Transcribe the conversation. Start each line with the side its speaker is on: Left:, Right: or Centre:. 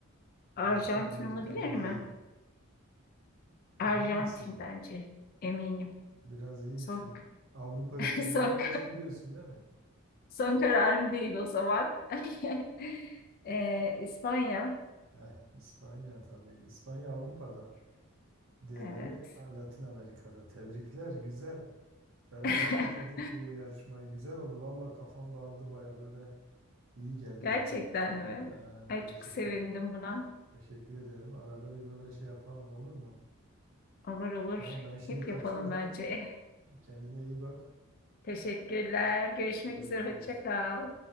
Left: Arjantin
Right: Latin Amerika'da
Left: olabilir mi?
Right: değil. Emin
Left: Arjantin
Right: misin?
Left: bence. Eminim.
Right: Biraz iyi
Left: Son,
Right: düşün. Avrupa
Left: <laughs>
Right: ülkelerini
Left: son,
Right: biraz biliyorsun değil mi?
Left: son kararım değil o zaman. <laughs> Ee, İspanya.
Right: Eh, İspanya tabii. İspanya Avrupa'da. Diğerleri
Left: Evet.
Right: ah, Latin Amerika'da. Tebrikler, güzel. Berabere
Left: <laughs>
Right: bitirdik bu yarışmayı. Güzel oldu. Valla kafam dağıldı baya böyle iyi geldi
Left: Gerçekten
Right: ya.
Left: mi?
Right: Ha,
Left: Ay
Right: gerçekten.
Left: çok sevindim buna.
Right: Teşekkür ederim. Arada bir böyle şey yapalım olur mu?
Left: Olur olur.
Right: Tamam ben şimdi
Left: Hep
Right: kaçıyorum.
Left: yapalım bence.
Right: Kendine iyi bak.
Left: Teşekkürler. Görüşmek
Right: Görüşürüz.
Left: üzere. Hoşça kal.